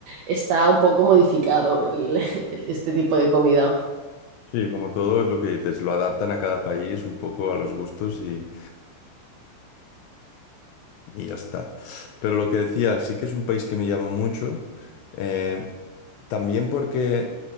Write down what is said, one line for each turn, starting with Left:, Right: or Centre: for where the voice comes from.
Right: está un poco modificado el- <laughs> el- este tipo de comida.
Left: Sí, como todo es lo que dices, lo adaptan a cada país un poco a los gustos y, y ya está. Pero lo que decía, sí que es un país que me llama mucho. eh, también porque